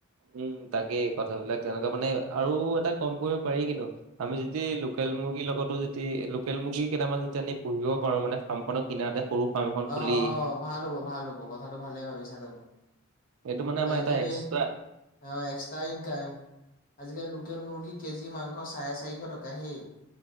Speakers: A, on the right; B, on the left.
A: উম, তাকে কথাবিলাক তেনেকুৱা মানে আৰু এটা কম কৰিব পাৰি কিন্তু। আমি যদি লোকেল মুৰ্গীৰ লগতো লোকেল মুৰ্গী কেইটামান যেতিয়া আমি পুহিব পাৰোঁ মানে ফাৰ্ম খনৰ কিনাৰতে! সৰু ফাৰ্ম এখন খুলি
B: অ', অ', ভাল হ'ব ভাল হ'ব কথাটো ভালেই ভাবিছা তুমি।
A: এইটো মানে আমাৰ
B: আজিকালি
A: এটা এক্সট্ৰা
B: অ', এক্সট্ৰা ইনকাম আজিকালি লোকেল মুৰ্গীৰ কেজি মাংস চাৰে চাৰিশ টকা হেই!